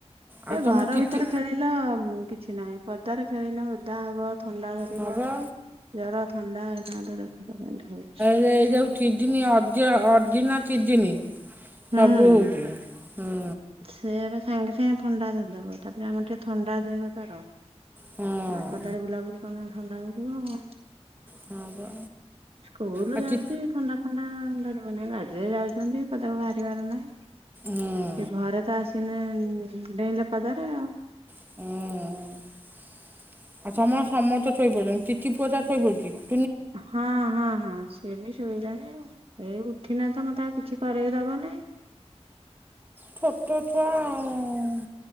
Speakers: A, on the right; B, on the right.
A: ଆଉ
B: ଏ
A: ତମ
B: ଘର
A: ତିଥି
B: ଭିତରେ ଖେଳିଲା <unintelligible> କିଛି ନାହିଁ ପଦାରେ ଖେଳିଲେ ଓଦା ହବ। ଥଣ୍ଡା ଧରିବ,
A: ହଁ ବା
B: ଜର, ଥଣ୍ଡା <unintelligible> ଧୋଇଛି।
A: ଏଇ ଯଉ କୀଡୀନି ଅଦ୍ୟ ଅଜିନା କୀଡୀନି
B: ହୁଁ
A: ସବୁ ହଉଛି, ହୁଁ।
B: ସେ ଏବେ ସାଙ୍ଗେ ସାଙ୍ଗେ ଥଣ୍ଡା ଧରିଦବ, ତାପରେ ଆମର ଟିକେ ଥଣ୍ଡା ଦେହ ତାର।
A: ହଁ
B: ଆ ପଦାରେ ବୁଲାବୁଲି ଅରୁନାହାନ୍ତି ଥଣ୍ଡା ଧରିବ ଆଉ।
A: ହଁ ବା
B: ସ୍କୁଲ
A: ଆଉ
B: ଯାଉଛି
A: ଚି
B: ଥଣ୍ଡା ଫଣ୍ଡା ଧରିବ ନାହିଁ ଗାଡ଼ିରେ ଯାଉଛନ୍ତି ପଦାକୁ ବାହାରିିବାର ନାହିଁ।
A: ହୁଁ।
B: ସେ ଘରେ ତ ଆସିନେ ଡେଇଁଲେ ପଦାରେ ଆଉ।
A: <unintelligible>
B: ହଁ ହଁ ହଁ, ସିଏ ବି ଶୋଇଲାଣି ଏଇ ଉଠିନେ ତ ମତେ ଆଉ କିଛି କରେଇ ଦବ ନାଇଁ।
A: ଛୋଟୋ ଛୁଆ ଆଉ।